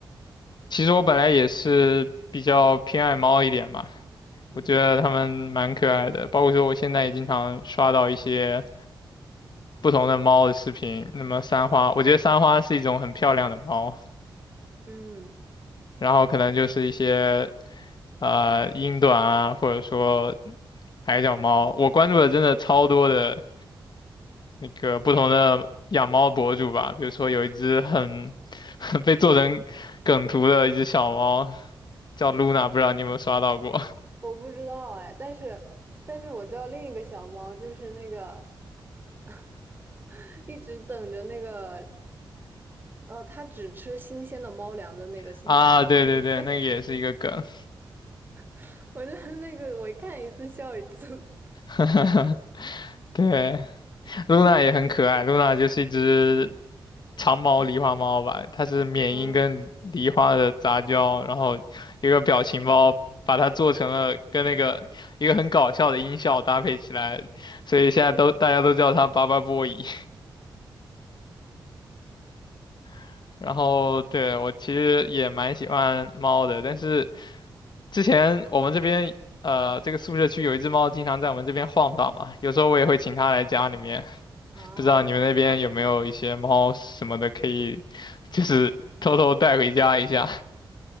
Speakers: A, on the left; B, on the right.
A: 其实我本来也是比较偏爱猫一点吧，
B: 嗯
A: 我觉得它们蛮可爱的，包括说我现在也经常刷到一些。不同的猫的视频。那么三花，我觉得三花是一种很漂亮的猫，
B: 嗯。
A: 然后可能就是一些呃英短啊，或者说矮脚猫。我关注的真的超多的那个不同的养猫博主吧，比如说有一只很 <laughs> 被做成梗图的一只小猫叫 Luna，不知道你有没有刷到过
B: 我不知道哎，但是但是我知道另一个小猫就是那个 <laughs> 一直等着那个，呃，它只吃新鲜的猫粮的那个新鲜新鲜，
A: <laughs> 啊？对对对，那个也是一个梗。
B: <laughs> 我真的那个我看一次笑一次。<laughs>
A: <laughs> 对，露娜也很可爱，露娜就是一只长毛狸花猫吧，它是缅因跟狸花的杂交，
B: 嗯
A: 然后一个表情包把它做成了跟那个一个很搞笑的音效搭配起来，所以现在都大家都叫它巴巴波伊。<laughs> 然后对我其实也蛮喜欢猫的，但是之前我们这边呃这个宿舍区有一只猫经常在我们这边晃荡嘛，有时候我也会请它来家里面，
B: 啊，
A: 不知道你们那边有没有一些猫什么的可以，就是偷偷带回家一下